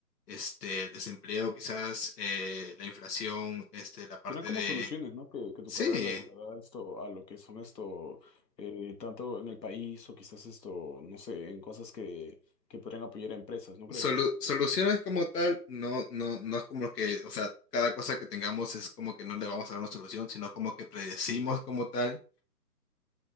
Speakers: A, on the left; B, on the left.
A: este, el desempleo, quizás eh, la inflación, este, la parte
B: Serán como
A: de...
B: soluciones, ¿no? Que, que tu
A: Sí,
B: carrera le le da esto a lo que son esto, eh, tanto en el país o quizás esto, no sé, en cosas que, que podrían apoyar a empresas, ¿no crees?
A: solu- soluciones como tal, no, no, no es como que, o sea, cada cosa que tengamos es como que no le vamos a dar una solución, sino como que predecimos como tal